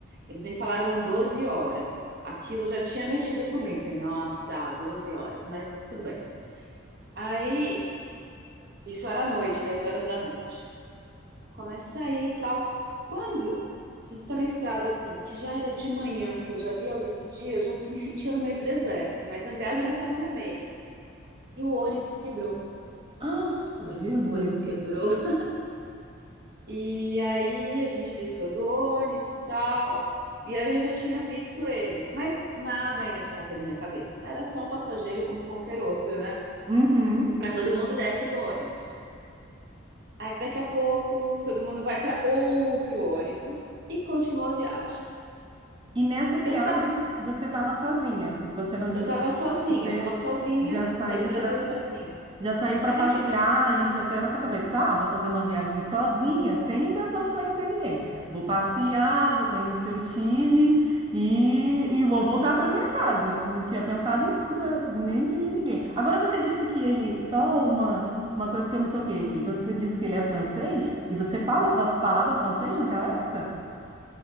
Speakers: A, on the right; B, on the right.
A: eles me falaram 12 horas. Aquilo já tinha mexido comigo. Falei, nossa, 12 horas, mas tudo bem. Aí, isso era à noite, 10 horas da noite. Começa aí e tal. Quando você está na estrada assim, que já era de manhã, que eu já via a luz do dia, eu já me sentia no meio do deserto, mas a viagem ainda estava no meio. E o ônibus quebrou.
B: Ah,
A: O ônibus,
B: Jesus!
A: o ônibus quebrou. <laughs> E aí a gente desceu do ônibus e tal. E aí eu já tinha visto ele, mas nada ainda tinha passado na minha cabeça. Era só um passageiro como qualquer outro, né?
B: Uhum.
A: Mas todo mundo desce do ônibus. Aí daqui a pouco todo mundo vai para outro ônibus e continua a viagem.
B: E nessa viagem
A: Eu estava,
B: você estava sozinha. Você não tinha.
A: Eu tava sozinha,
B: Você
A: eu tava sozinha,
B: já saiu
A: eu saí do Brasil sozinha.
B: Já
A: né?
B: saiu para passear
A: É que
B: ali, já saiu na sua cabeça, ah, vou fazer uma viagem sozinha, sem intenção de conhecer ninguém. Vou passear, vou conhecer o Chile e, e vou voltar para minha casa. Não tinha pensado em nada, nem de ninguém. Agora você disse que ele, só uma, uma coisa que eu me toquei aqui, você disse que ele é francês e você fala, falava francês naquela época?